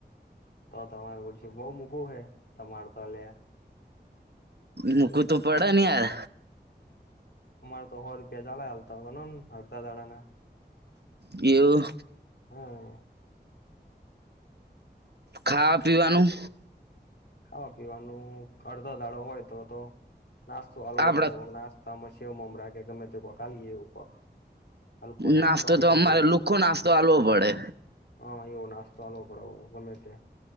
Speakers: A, on the left; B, on the right.
A: તો તમારું ઊડશું બહુ મૂકવુંહે તમાર તા લે.
B: મૂકું તો પડે ને યાર.
A: અમારે તો હો રૂપિયા ચાલે હાલતા બનો ને હડતા દાડાના.
B: એયુ
A: હા.
B: ખા પીવાનું
A: ખાવા પીવાનું અડધો દાડો હોય તો તો નાસ્તો હલવો
B: આપણા
A: પડે વોગ નાસ્ તા મે શેવ મમરા કે ગમે તો કો ખાલીએ એવું કોક. હલકો
B: નાસ્તો
A: હાલ
B: તો
A: દઈએ
B: અમારે લુખો નાસ્તો આલવો પડે.
A: હા, એવો નાસ્તો હાલવો પડે ગમે તે.